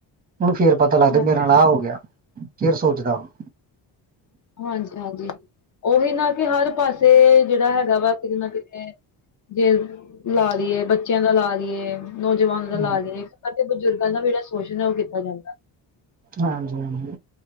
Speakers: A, on the right; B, on the left.
A: ਉਹਨੂੰ ਫੇਰ ਪਤਾ ਲੱਗਦਾ,
B: ਹਾਂਜੀ
A: ਮੇਰੇ ਨਾਲ ਆਹ ਹੋ ਗਿਆ, ਫਿਰ ਸੋਚਦਾ ਉਹ।
B: ਹਾਂਜੀ -ਹਾਂਜੀ, ਉਹੀ ਨਾ ਕਿ ਹਰ ਪਾਸੇ ਜਿਹੜਾ ਹੈਗਾ ਵਾ ਕਿਤੇ ਨਾ ਕਿਤੇ ਜੇ ਲਾ ਲਈਏ, ਬੱਚਿਆਂ ਦਾ ਲਾ ਲਈਏ ਨੌਜਵਾਨਾਂ ਦਾ ਲਾ
A: ਹਾਂਜੀ।
B: ਲਈਏ, ਬਜ਼ੁਰਗਾਂ ਦਾ ਵੀ ਜਿਹੜਾ ਸ਼ੋਸ਼ਣ ਹੈ, ਉਹ ਕੀਤਾ ਜਾਂਦਾ।
A: ਹਾਂਜੀ- ਹਾਂਜੀ।